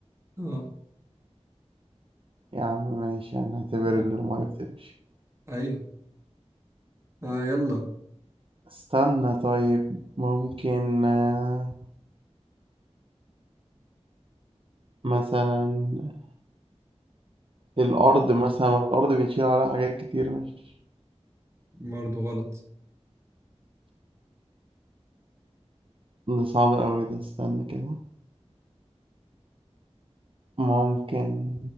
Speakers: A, on the right (about 25°); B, on the right (about 50°).
A: اه
B: يا عم ماشي هنعتبر
A: آه.
B: إن المية بتمشي
A: ايوه اه يلا
B: استنى طيب ممكن آه، مثلا الأرض مثلا الأرض بنشيل عليها حاجات كتير مش
A: برضه غلط
B: ده صعب أوي ده استنى كده ممكن